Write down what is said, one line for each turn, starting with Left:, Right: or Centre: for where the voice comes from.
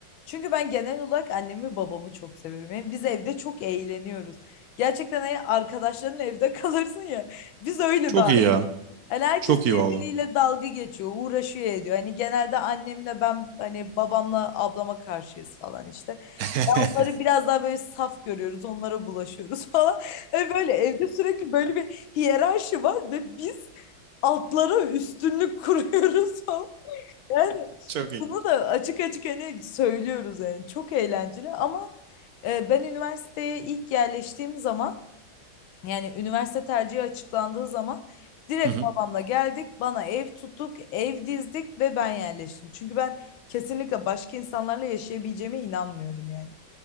Left: Çünkü ben genel olarak annemi ve babamı çok seviyorum. Yani biz evde çok eğleniyoruz. Gerçekten hani arkadaşlarınla evde <laughs> kalırsın ya. Biz öyle
Right: Çok
Left: bir aile.
Right: iyi ya.
Left: Hani herkes
Right: Çok iyi
Left: birbiriyle
Right: valla.
Left: dalga geçiyor, uğraşıyor ediyor. Hani genelde annemle ben hani babamla ablama karşıyız falan işte.
Right: <laughs>
Left: Onları biraz daha böyle saf görüyoruz, onlara bulaşıyoruz <laughs> falan. E böyle evde sürekli böyle bir hiyerarşi var ve biz altlara üstünlük kuruyoruz <laughs> falan. Yani
Right: Çok iyi.
Left: bunu da açık açık hani söylüyoruz yani çok eğlenceli ama e, ben üniversiteye ilk yerleştiğim zaman yani üniversite tercihi açıklandığı zaman direkt
Right: Hı hı.
Left: babamla geldik bana ev tuttuk ev dizdik ve ben yerleştim. Çünkü ben kesinlikle başka insanlarla yaşayabileceğime inanmıyordum yani.